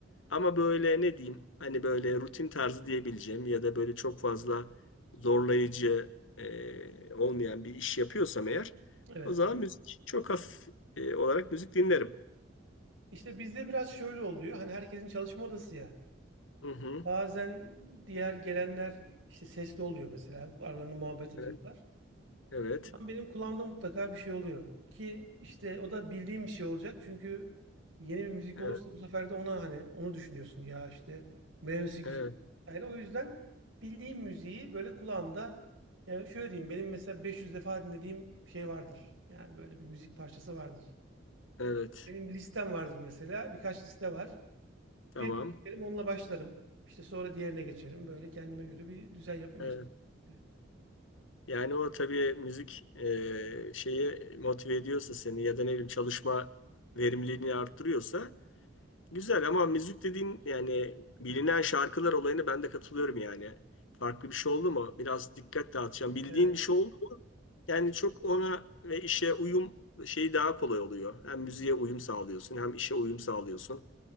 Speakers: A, on the left (about 75°); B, on the right (about 80°).
A: Ama böyle ne diyeyim hani böyle rutin tarzı diyebileceğim ya da böyle çok fazla zorlayıcı e, olmayan bir iş yapıyorsam eğer
B: Evet.
A: o zaman müzik çok hafif e, olarak müzik dinlerim.
B: İşte bizde biraz şöyle oluyor. Hani herkesin çalışma odası ya.
A: Hı hı.
B: Bazen diğer gelenler işte sesli oluyor mesela. Aralarında muhabbet ediyorlar.
A: Evet, evet,
B: benim kulağımda mutlaka bir şey oluyor. Ki işte o da bildiğim bir şey olacak. Çünkü yeni bir müzik
A: evet,
B: olursa bu sefer de ona hani onu düşünüyorsun ya işte meyvesi güzel.
A: evet,
B: Ayrı. O yüzden bildiğim müziği böyle kulağımda yani şöyle diyeyim benim mesela 500 defa dinlediğim şey vardır. Yani böyle bir müzik parçası vardır.
A: evet.
B: Benim bir listem vardır mesela. Birkaç liste var.
A: Tamam.
B: Bir dinlerim onunla başlarım. İşte sonra diğerine geçerim. Böyle kendime göre bir düzen yapmaya
A: Evet.
B: çalışıyorum.
A: Yani o tabii müzik e, şeyi motive ediyorsa seni ya da ne bileyim çalışma verimliliğini arttırıyorsa Güzel ama müzik dediğin yani bilinen şarkılar olayına ben de katılıyorum yani. Farklı bir şey oldu mu biraz dikkat dağıtacağım. Bildiğin
B: Evet.
A: bir şey oldu mu yani çok ona ve işe uyum şeyi daha kolay oluyor. Hem müziğe uyum sağlıyorsun hem işe uyum sağlıyorsun.